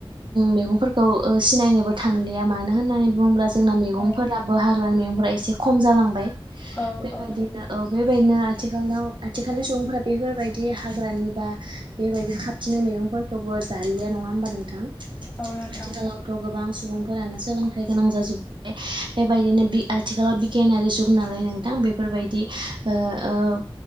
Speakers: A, on the right; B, on the left.
A: मैगंफोरखौ सिनायनोबो थांलिया मानो मानो होननानै बुङोब्ला जोंना मैगंफोराबो
B: औ
A: हाग्रानि मैगंफोरा एसे खम जालांबाय
B: औ
A: बेबायदिनो
B: औ
A: औ बेबायदिनो आथिखालाव आथिखालनि सुबुंफोरा बेफोरबायदि हाग्रानि बा बेबायदि खाबथिंननाय मैगंफोरखौबो जालिया नङा होमबा नोंथां
B: औ नोंथां
A: आथिखालावथ' गोबां सुबुंफोरानो सोलोंथाइ गोनां जाजोब्बाय बेबायदिनो आथिखालाव बिगियानारि जुग नालाय नोंथां बेफोरबायदि आह आह